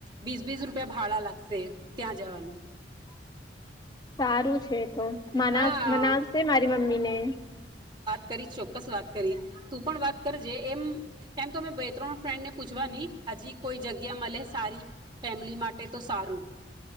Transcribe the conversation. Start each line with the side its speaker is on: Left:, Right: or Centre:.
Right: વીસ બીસ રૂપિયા ભાડા લાગશે ત્યાં જવાનું
Left: સારું છે. તો મનાસ
Right: હા
Left: મનાસ છે મારી મમ્મી ને
Right: કરી ચોક્કસ વાત કરી તું પણ વાત કરજે એમ એમ તો બે ત્રણ ફ્રેન્ડને પૂછવાની હજી કોઈ જગ્યા મલે સારી ફેમિલી માટે તો સારું.